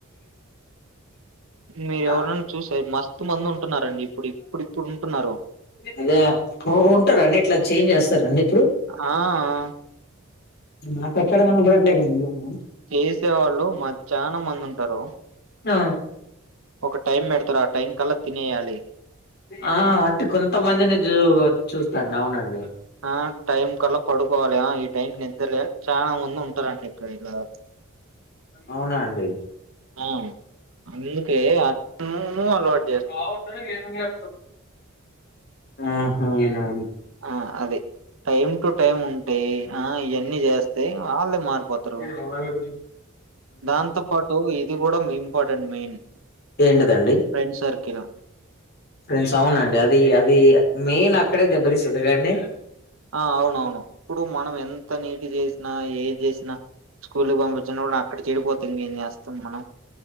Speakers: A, on the right; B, on the left.
A: మీరు ఎవరైనా
B: ఆహ్,
A: చూస్తె మస్తు మంది ఉంటున్నారండి ఇప్పుడు ఇప్పుడు ఇప్పుడు ఉంటున్నారు
B: అదే ఉంటారండి ఇట్లా చేంజ్ చేస్తారండి ఇప్పుడు
A: ఆ అ
B: నాకు ఎక్కడనా కనిపియ్యట్లేదండి ఇవన్ని
A: చేసే వాళ్ళు మా చాలా మంది ఉంటారు
B: ఆ
A: ఒక టైం పెడుతారు ఆ టైం కల్లా తినేయాలి
B: ఆ అంటే కొంతమందిని చూ చూస్తాను అవునండి
A: ఆ టైం కల్లా పడుకోవాలి ఈ టైం కి నిద్రలే చాలా మంది ఉంటారండి ఇప్పుడు ఇలా
B: అవునా అండి
A: ఆ అందుకే అట్టనే అలువట్
B: బాగుంటేనే ఏ అహ అవునా
A: ఆ అది టైమ్ టు టైమ్ ఉంటే ఆ ఇవన్నీ చేస్తె వాళ్ళే మారిపోతారు
B: అ
A: దాంతో పాటు ఇది కూడా ఇంపార్టెంట్ మెయిన్
B: ఏంటిదండి
A: ఫ్రెండ్ సర్కిల్
B: ఫ్రెండ్స్ అవునండి అది అది మెయిన్ అక్కడే దెబ్బతిస్తది కదండి
A: ఆ అవునవును ఇప్పుడు మనం ఎంత నీతి చేసినా ఏది చేసినా స్కూల్కు పంపించిన కూడా అక్కడ చెడిపోతె ఏం చేస్తాం మనం